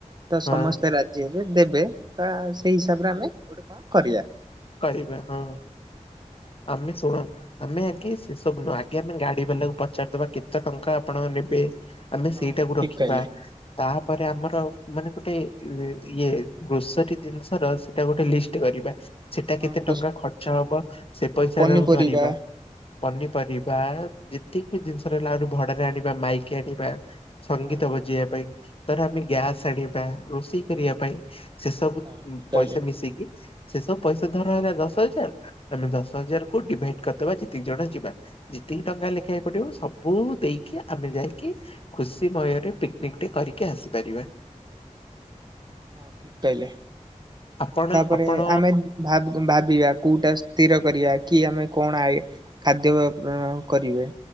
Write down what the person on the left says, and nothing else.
ହଁ
କିବ ହଁ ଆମେ ଶୁଣ ଆମେ ଆଜ୍େ ସେ ସବୁ ନୁହଁ ଆଗ ଆମେ ଗାଡି ବାଲାକୁ ପଚାରିଦବା କେତେ ଟଙ୍କା ଆପଣଙ୍କ ନେବେ? ଆମେ
ସେଇଟାକୁ
ରଖିବା।
ତାପରେ ଆମର ମାନେ ଗୋଟେ ଇଏ ଗ୍ରୋସରୀ ଜିନିଷର ସେଟା ଗୋଟେ ଲିଷ୍ଟ କରିବା ସେଟା
କେତେ ଟଙ୍କା ଖର୍ଚ୍ଚ ହବ ସେ ପଇସା
କୁ ଧରିବା। ପନିପରିବା ଯେତିକି ବି ଜିନିଷ ରହିଲା ଆହୁରି ଭଡରେ ଆଣିବା ମାଇକି ଆଣିବା। ସଙ୍ଗୀତ
ବଜେଇିବା ପାଇଁ ଧର ଆମେ ଗ୍ୟାସ୍ ଆଣିବା ରୋଷେଇ କରିବା ପାଇଁ। ସେ ସବୁ
ପଇସା ମିଶିକି ସେ ସବୁ ପଇସା ଧର ହେଲା ଦଶ ହଜାର ଆମେ ଦଶ ହଜାର କୁ ଡିଭାଇଡ କରିଦବା ଯେ ଦତିି ଜଣ ଯିବା ଯେତିକି ଟଙ୍କା ଲେଖା ହେ ପଡିବ ସବୁ ଦେଇକି ଆମେ ଯାଇକି ଖୁସି ଭୟରେ ପିକନିକଟି କରିକି ଆସିପାରିବା।
ଆପଣ
ଆପଣ